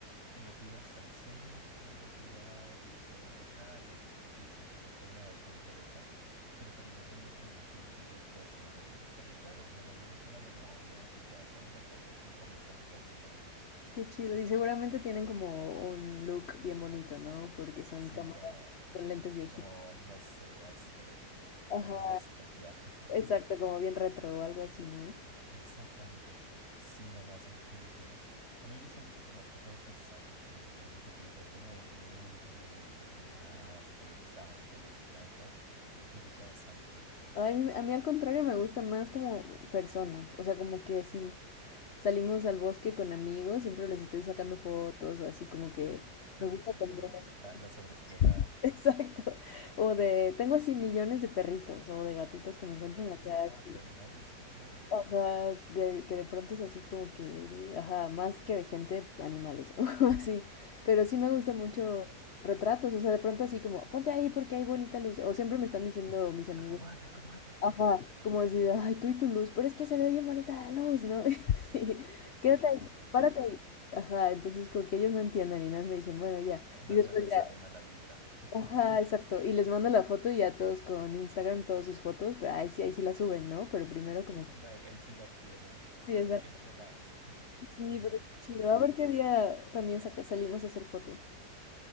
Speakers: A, on the right (about 40°); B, on the left (about 55°).
A: tengo que ir hasta el centro de la ciudad y buscar en locales específicos, entonces me ha dado como pereza, pero también he tenido como mucha emoción de poder probar esas, porque claro, nomás le meto una memoria y ya tomo las fotos y pongo mi computador de una vez.
B: Qué chido. Y seguramente tienen como un look bien bonito, ¿no? Porque son
A: Sí,
B: cámaras
A: como,
B: con lentes viejitas.
A: como, no sé, aesthetic, eh,
B: Ajá,
A: nostalgia. <laughs>
B: exacto, como bien retro o algo así, ¿no?
A: Exactamente. Sí, no me hace mucha ilusión. A mí me gusta mucho tomar fotos de paisajes, principalmente como todo el tema de nubes, los contrastes, árboles, plantas. Me gusta bastante.
B: Ay, a mí a mí al contrario me gusta más como personas, o sea, como que
A: Sí,
B: si salimos al bosque con amigos, siempre les estoy sacando fotos o así como que me gusta
A: <laughs>
B: aprender.
A: eres la, la sobreexplotada.
B: <laughs> Exacto. O de, tengo así millones de perritos o de gatitos que me encuentro
A: Ah,
B: en la
A: ok,
B: calle.
A: de animales, qué chévere.
B: Ajá, que de- que de pronto es así como que, de- ajá, más que de gente, animales <laughs> o así. Pero sí me gusta mucho
A: Ok.
B: retratos, o sea, de pronto así como, ponte ahí porque hay bonita luz. O siempre me están diciendo mis amigos.
A: Acomódate, acomódate. <laughs>
B: Ajá, como así ay, tú y tu luz, pero es que se ve bien bonita la luz, ¿no? <laughs> Sí,
A: Sí,
B: quédate
A: no,
B: ahí,
A: hay que aprovechar.
B: párate ahí. Ajá, entonces como que ellos no entienden y nada más me dicen, bueno, ya.
A: No,
B: Y después
A: no le saben
B: ya,
A: a la vibra. <laughs>
B: ajá, exacto. Y les mando la foto y ya todos con Instagram, todas sus fotos, pero ahí sí, ahí sí la suben, ¿no? Pero primero
A: Mm,
B: como que...
A: ahí, ahí sí la quieren,
B: Sí,
A: pero
B: exacto.
A: bien rogados. <laughs>
B: Sí,
A: No,
B: pero es
A: qué
B: chido.
A: chévere.
B: A ver qué día también saca- salimos a hacer foto.